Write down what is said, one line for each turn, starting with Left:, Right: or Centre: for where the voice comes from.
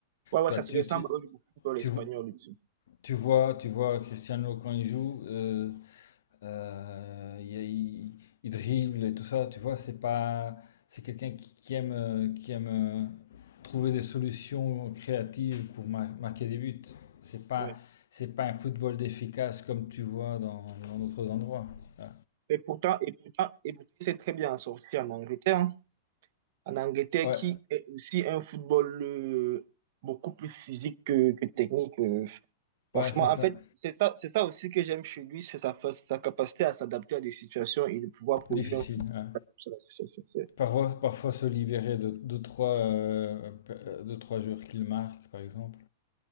Right: Ouais, ouais,
Left: Toi,
Right: ça
Left: tu,
Right: se ressemble
Left: tu,
Right: au football
Left: tu,
Right: espagnol aussi.
Left: tu vois, tu vois Cristiano quand il joue. euh, Euh, il, il- il dribble et tout ça, tu vois, c'est pas, c'est quelqu'un qui, qui aime, euh, qui aime euh, trouver des solutions créatives pour mar- marquer des buts. C'est pas,
Right: Ouais.
Left: c'est pas un football d'efficace comme tu vois dans, dans d'autres endroits. Ah.
Right: Et pourtant, et pourtant, et pourtant, c'est très bien sorti en Angleterre. hein. En Angleterre,
Left: Ouais,
Right: qui est aussi un football euh, beaucoup plus physique que, que technique. euh. franchement,
Left: ouais, c'est ça.
Right: en fait, c'est ça, c'est ça aussi que j'aime chez lui, c'est sa, fa- sa capacité à s'adapter à des situations et de pouvoir produire
Left: Difficile.
Right: un football.
Left: ouais.
Right: sur la situation. C'est-
Left: Parfois, parfois se libérer de deux trois, euh, pe- euh, deux, trois joueurs qu'il marque, par exemple.